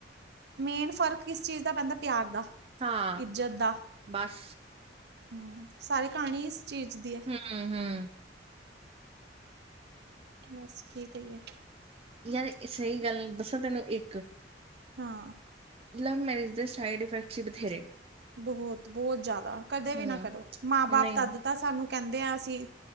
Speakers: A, on the right; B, on the right.
A: ਮੇਨ ਫ਼ਰਕ ਕਿਸ ਚੀਜ਼ ਦਾ ਪੈਂਦਾ ਪਿਆਰ ਦਾ-
B: ਹਾਂ
A: ਇੱਜਤ ਦਾ
B: ਬੱਸ।
A: ਹਮ ਸਾਰੀ ਕਹਾਣੀ ਇਸ ਚੀਜ਼ ਦੀ ਐ।
B: ਹਮ ਹਮ
A: ਬਸ ਕੀ ਕਹੀਏ-
B: ਯਾਰ ਏ ਸਹੀ ਗੱਲ ਦੱਸਾਂ ਤੈਨੂੰ ਇੱਕ
A: ਹਾਂ
B: ਲਵ ਮੈਰੇਜ ਦੇ ਸਾਈਡ ਇਫੈਕਟਸ ਹੀ ਬਥੇਰੇ ਨੇ।
A: ਬਹੁਤ - ਬਹੁਤ ਜ਼ਿਆਦਾ ਕਦੇ ਵੀ
B: ਹੂੰ,
A: ਨਾ ਕਰੋ ਮਾਂ ਬਾਪ
B: ਨਹੀਂ
A: ਤਦ ਤਾ ਸਾਨੂੰ ਕਹਿੰਦੇ ਆ ਅਸੀਂ